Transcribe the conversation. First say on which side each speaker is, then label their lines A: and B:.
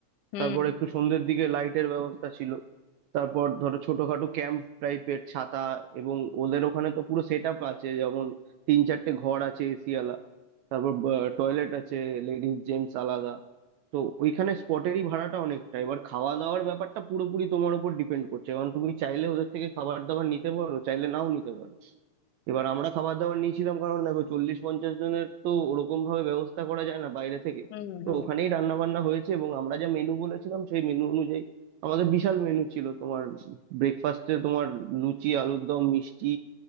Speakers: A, on the left; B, on the right.
A: হুম
B: তারপর একটু সন্ধ্যের দিকে লাইটের ব্যবস্থা ছিল তারপর ধরো ছোটখাটো ক্যাম্প টাইপের ছাতা এবং ওদের ওখানে তো পুরো সেট আপ আছে যেমন তিন চারটে ঘর আছে এসিওয়ালা তারপর টয়লেট আছে লেডিস জেন্টস আলাদা তো ওইখানে স্পটেরই ভাড়াটা অনেকটা এবার খাওয়া দাওয়ার ব্যাপারটা পুরোপুরি তোমার উপর ডিপেন্ড করছে কারণ তুমি চাইলে ওদের থেকে খাবার দাবার নিতে পারো চাইলে নাও নিতে পারো এবার আমরা খাবার দাবার নিয়েছিলাম কারণ দেখো চল্লিশ পঞ্চাশ জনের তো ওরকম ভাবে ব্যবস্থা করা যায় না বাইরে থেকে
A: হুম
B: তো
A: হুম
B: ওখানেই রান্না বান্না হয়েছে এবং আমরা যা মেনু বলেছিলাম সেই মেনু অনুযায়ী আমাদের বিশাল মেনু ছিল তোমার ব্রেকফাস্টে তোমার লুচি আলুর দম মিষ্টি